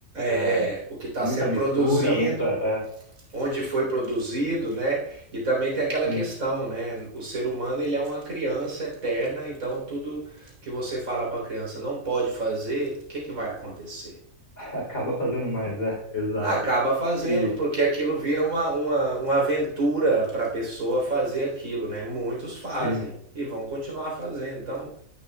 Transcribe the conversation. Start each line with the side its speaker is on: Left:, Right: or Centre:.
Left: É,
Right: é, o que está
Left: muita
Right: sendo
Left: mistura,
Right: produzindo,
Left: muita. É,
Right: onde foi produzido, né? E também tem aquela
Left: sim,
Right: questão, né? O ser humano ele é uma criança eterna, então tudo que você fala para a criança não pode fazer, o que, que vai acontecer?
Left: <laughs> acaba fazendo mais, é, exato.
Right: Acaba fazendo,
Left: E
Right: porque aquilo vira uma, uma, uma aventura para a pessoa fazer aquilo, né? Muitos fazem
Left: sim.
Right: e vão continuar fazendo. Então,